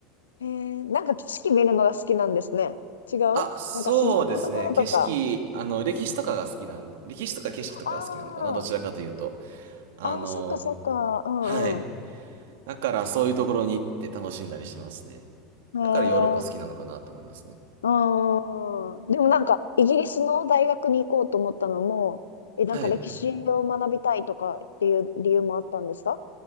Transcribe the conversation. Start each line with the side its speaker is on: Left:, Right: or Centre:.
Left: へえなんか景色見るのが好きなんですね。違うなんか自然のところとか。
Right: あ、そうですね。景色、あの、歴史とかが好きなんで、歴史とか景色とかが好きなのかな、
Left: あ
Right: どちらかというと。あの、
Left: あ、ああ、そっかそっか。うんうん。
Right: はい。だからそういうところに行って楽しんだりしますね。
Left: へえ、
Right: だからヨーロッパ好きなのかなと思いますね。
Left: うん。でもなんか、イギリスの大学に行こうと思ったのも、え、
Right: はい。
Left: なんか歴史を学びたいとかっていう理由もあったんですか